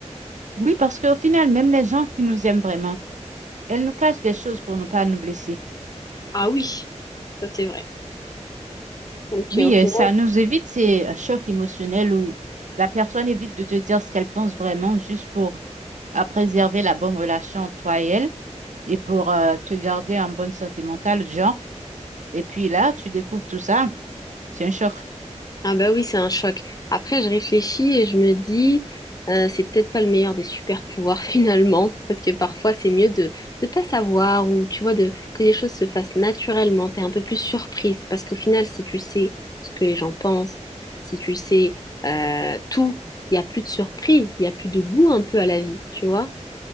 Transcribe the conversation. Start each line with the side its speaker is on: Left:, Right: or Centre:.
Right: Oui, parce qu'au final, même les gens qui nous aiment vraiment, elles nous cachent des choses pour ne pas nous blesser.
Left: Ah oui, ça c'est vrai. Donc,
Right: Oui,
Left: euh, au final,
Right: euh, ça nous évite ces euh, chocs émotionnels où la personne évite de te dire ce qu'elle pense vraiment juste pour euh, préserver la bonne relation entre toi et elle et pour euh, te garder en bonne santé mentale, genre. Et puis là, tu découvres tout ça, c'est un choc.
Left: Ah bah oui, c'est un choc. Après, je réfléchis et je me dis, euh, c'est peut-être pas le meilleur des super pouvoirs <laughs> finalement, parce que parfois c'est mieux de ne pas savoir ou tu vois de que les choses se fassent naturellement. T'es un peu plus surprise parce qu'au final, si tu sais ce que les gens pensent, si tu sais euh, tout, il y a plus de surprise, il y a plus de goût un peu à la vie, tu vois?